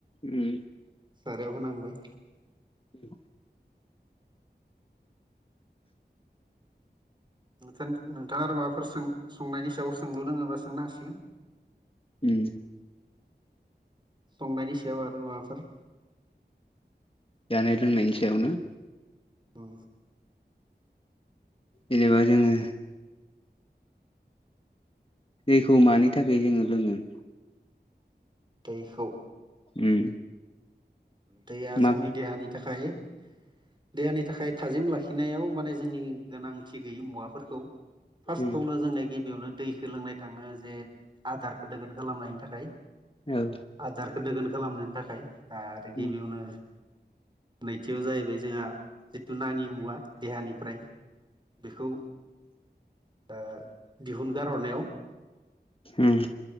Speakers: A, on the left; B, on the right.
A: उम
B: सारायाव होनांबाय।
A: औ
B: नोंथ नोंथाङा आरो माबाफोरों संनायनि सायाव सोंलु रोङोबा सोंनो हासिगोन।
A: उम
B: संनायनि सायाव आरो माबाफोर
A: जानाइआथ नोंनि मसे आवनो।
B: ओ
A: जेनेबा जोङो दैखौ मानि थाखाय जोङो लोङो?
B: दैखौ।
A: उम
B: दैया
A: मा
B: जोंनि देहानि थाखाय देहानि थाखाय थाजिम लाखिनायाव माने जोंनि गोनांथि गैयि मुवाफोरखौ फार्स्टआवनो
A: उम
B: जोंनिया गिबियावनो दैखौ लोंनाय थाङो जे आदारखौ दोगोन खालामनायनि थाखाय
A: औ
B: आदार दोगोन खालामनायनि थाखाय आरो गिबियावनो
A: उम
B: नैथियाव जाहैबाय जोंहा जिथु नाङि मुवा देहानिफ्राय बेखौ ओ दिहुनगार हरनायाव
A: ओम